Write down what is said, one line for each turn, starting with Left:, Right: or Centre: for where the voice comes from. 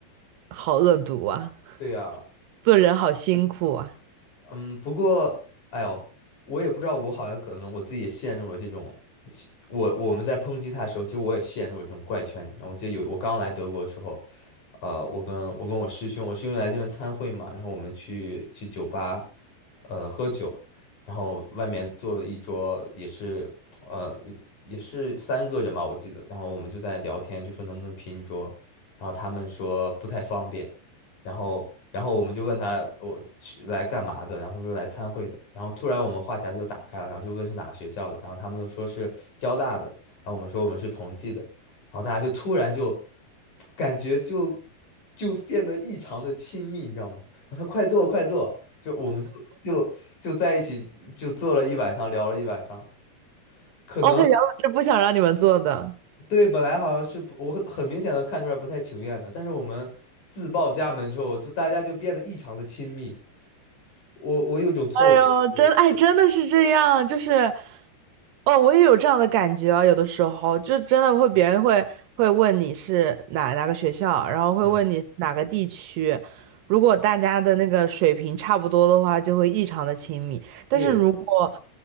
Right: 好恶毒啊！
Left: 对呀、
Right: 做人好辛苦啊！
Left: 嗯，不过，哎呦，我也不知道，我好像可能我自己也陷入了这种，我我们在抨击他的时候，其实我也陷入了这种怪圈里面。我记得有我刚来德国的时候，呃，我跟我跟我师兄，我师兄来这边参会嘛，然后我们去去酒吧，呃，喝酒，然后外面坐了一桌，也是呃也是三个人吧，我记得，然后我们就在聊天，就说能不能拼一桌，然后他们说不太方便。然后然后我们就问他我去来干嘛的，然后他说来参会的，然后突然我们话匣子就打开了，然后就问是哪个学校的，然后他们都说是交大的，然后我们说我们是同济的，然后大家就突然就感觉就就变得异常的亲密，你知道吗？<laughs> 然后他快坐快坐，就我们就就就在一起就坐了一晚上，聊了一晚上，可能。
Right: 哦，他原本是不想让你们做的。
Left: 对，本来好像是不，我很很明显的看出来不太情愿的，但是我们自报家门之后，就大家就变得异常的亲密。我我有种错觉是，
Right: 哎呦，真哎，真的是这样，就是，哦，我也有这样的感觉啊，有的时候就真的会，别人会会问你是哪哪个学校，然后会问你哪个地区，
Left: 嗯，
Right: 如果大家的那个水平差不多的话，就会异常的亲密。
Left: 对，
Right: 但是如果，